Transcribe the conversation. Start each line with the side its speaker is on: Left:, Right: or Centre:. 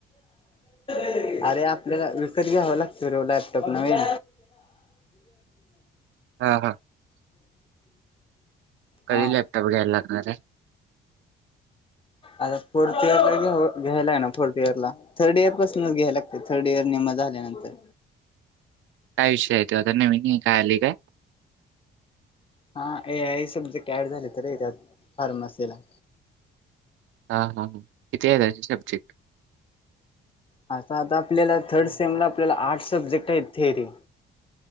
Left: अरे आपल्याला विकत घ्यावं लाग फरव लॅपटॉप नवीन
Right: हा हा कधी
Left: हा
Right: लॅपटॉप घ्यायला लागणार आहे
Left: आता फोर्थ इयर ला घेऊ घ्यायलाय ना फोर्थ इयर ला. थर्ड इयर पासूनच घ्यायला लागत थर्ड इयर निेमा झाल्यानंतर,
Right: काय विषय आहे तो आता नवीन काय आली काय.
Left: हा ए आ सब्जे कॅड झाले तर त्यात फार्मसीला.
Right: हा हा हां इथे दश सब्जेक्ट.
Left: आता आता आपल्याला थर्ड सेम ला आपल्याला आर्ट सब्जेक्ट आहे थिअरी,